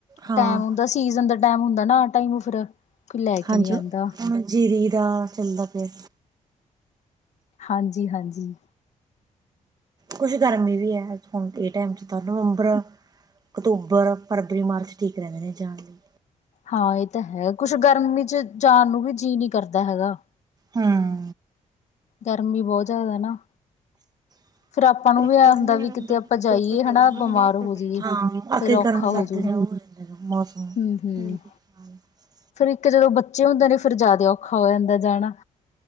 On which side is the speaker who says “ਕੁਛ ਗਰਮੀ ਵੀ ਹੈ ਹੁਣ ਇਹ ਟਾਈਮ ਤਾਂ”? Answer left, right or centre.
Right